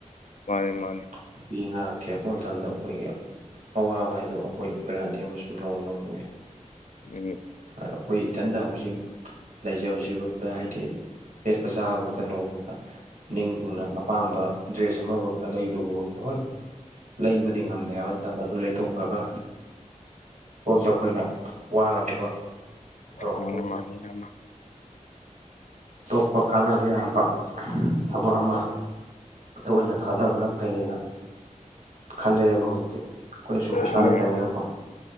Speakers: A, on the left; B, on the right.
A: ꯃꯥꯅꯦ ꯃꯥꯅꯦ
B: ꯅꯨꯄꯤ ꯑꯉꯥꯡ ꯊꯤꯔꯛꯄ ꯃꯇꯝꯗ ꯑꯩꯈꯣꯏꯒꯤ ꯑꯋꯥꯕ ꯍꯥꯏꯗꯣ ꯑꯩꯈꯣꯏ ꯑꯣꯏꯔꯛꯑꯅꯤꯕ ꯁꯨꯝ ꯅꯣꯡꯃ ꯅꯣꯡꯃꯒꯤ
A: ꯎꯝ
B: ꯑꯩꯈꯣꯏ ꯏꯊꯟꯗ ꯍꯧꯖꯤꯛ ꯂꯩꯖꯕꯁꯤꯐꯥꯎꯗ ꯍꯥꯏꯗꯤ ꯁꯦꯠꯄ ꯁꯥꯥꯕꯐꯗ ꯅꯣꯡꯃꯗ ꯅꯤꯡ ꯊꯨꯡꯅ ꯑꯄꯥꯝꯕ ꯗ꯭ꯔꯦꯁ ꯑꯃꯈꯛꯇ ꯂꯩꯗꯨꯕꯨ ꯍꯈꯣꯏ ꯂꯩꯕꯗꯤ ꯉꯝꯗꯦ ꯍꯥꯏꯕ ꯃꯇꯝꯠꯇꯕ ꯑꯗꯨ ꯂꯩꯇ ꯍꯥꯊꯣꯛꯈ꯭ꯔꯒ ꯔꯣꯝꯗ ꯑꯩꯈꯣꯏꯅ ꯋꯥꯒꯗꯧꯕ ꯇꯧꯔꯛ
A: ꯎꯝ ꯃꯥꯅꯤ
B: <unintelligible>
A: ꯃꯥꯅꯤ ꯏꯌꯥꯝꯕ
B: ꯑꯇꯣꯞꯄ ꯀꯥꯟꯅꯕ ꯌꯥꯕ ꯊꯕꯛ ꯑꯃ ꯇ ꯑꯣꯏꯅ ꯊꯥꯗꯕꯅ ꯐꯩꯌꯦꯅ ꯈꯜꯂꯦꯑꯦꯕ ꯍꯧꯖꯤꯛꯇꯤ ꯑꯩꯈꯣꯏꯗꯤ ꯁꯨꯝ ꯄꯩꯁꯥ
A: ꯎꯝ
B: ꯂꯩꯇꯅꯤꯅꯀꯣ